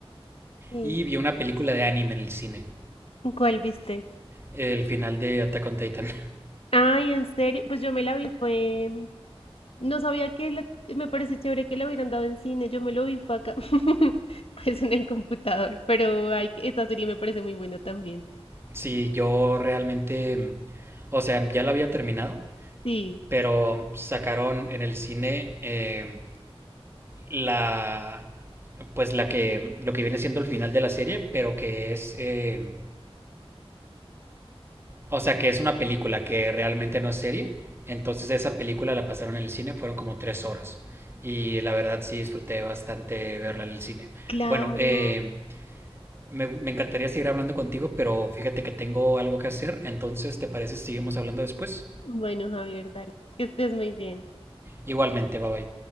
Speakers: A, on the left; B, on the right.
A: Sí.
B: y vi una película de anime en el cine,
A: ¿Cuál viste?
B: el final de Attack on Titan.
A: Ay, en serio. Pues yo me la vi, fue... No sabía que la- me pareció chévere que la hubieran dado en cine. Yo me lo vi, fue acá. <laughs> Pues en el computador. Pero ay, esa serie me parece muy buena también.
B: Sí, yo realmente, o sea, ya la había terminado,
A: Sí,
B: pero sacaron en el cine eh, la, pues la que, lo que viene siendo el final de la serie, pero que es, eh, o sea, que es una película que realmente no es serie. Entonces esa película la pasaron en el cine, fueron como tres horas. Y la verdad sí disfruté bastante verla en el cine.
A: claro.
B: Bueno, eh, me, me encantaría seguir hablando contigo, pero fíjate que tengo algo que hacer. Entonces, ¿te parece si seguimos hablando después?
A: Bueno, Javier, dale. Que estés muy bien.
B: Igualmente, bye bye.